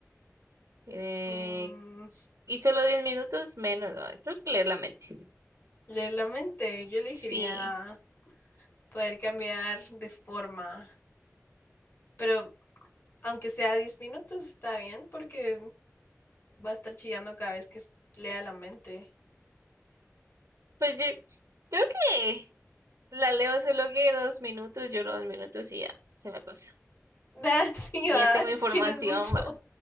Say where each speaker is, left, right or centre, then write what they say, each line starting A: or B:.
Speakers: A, on the right (about 75°); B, on the left (about 45°).
A: Eh,
B: Mm,
A: y solo 10 minutos menos. ah, Creo que leer la mente.
B: Leer la mente, yo elegiría
A: Sí,
B: poder cambiar de forma, pero aunque sea 10 minutos está bien porque va a estar chillando cada vez que s- lea la mente. <laughs>
A: pues yo creo que la leo solo que dos minutos, lloro dos minutos y ya se me pasa.
B: Nah, sí,
A: Ya
B: va,
A: tengo información,
B: es que no es mucho.
A: va. <laughs>